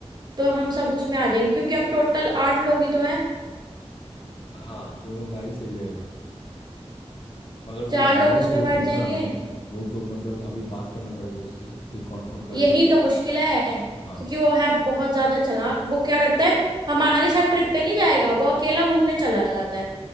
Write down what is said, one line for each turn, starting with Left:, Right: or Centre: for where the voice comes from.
Right: तो हम सब उसमें आ जाएंगे क्योंकि हम टोटल आठ लोग ही तो हैं
Left: हाँ दोनों गाड़ी सही रहेगा मगर
Right: चार
Left: वो जाएगा
Right: लोग उसमें
Left: तो
Right: बैठ
Left: फिर ना
Right: जाएंगे
Left: मतलब वो तो मतलब अभी बात करना पड़ेगा उससे फिर कॉन्फर्म करेगा
Right: यही
Left: वो
Right: तो मुश्किल है
Left: हाँ
Right: क्योंकि वो है बहुत ज्यादा चालाक वो क्या करता है हमारे साथ ट्रिप पे नहीं जाएगा वो अकेला घूमने चला जाता है